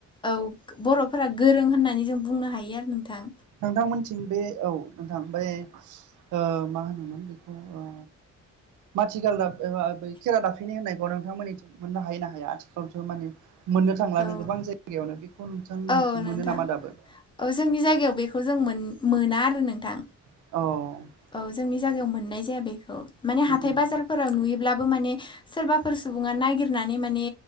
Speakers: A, on the left; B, on the right.
A: औ बर'फोरा गोरों होननानै जों बुंनो हायो आरो नोंथां
B: नोंथांमोनथिं बे औ नोंथां बे ओ मा होनोमोन बेखौ ओ माथिगाल दाब एबा बै खेरा दाबफिनि होननायखौ नोंथांमोननिथिं मोननो हायो ना हाया आथिखालावथो माने मोननो थांला
A: औ
B: नो गोबां जायगायावनो बेखौ नोंथां मिथिनो
A: औ नोंथां
B: मोनो नामा दाबो?
A: औ जोंनि जायगायाव बेखौ जों मोन मोना आरो नोंथां
B: औ
A: औ जोंनि जायगायाव मोननाय जाया बेखौ माने हाथाय
B: उम
A: बाजार फोराव नुयोब्लाबो माने सोरबाफोर सुबुङा नागिरनानै माने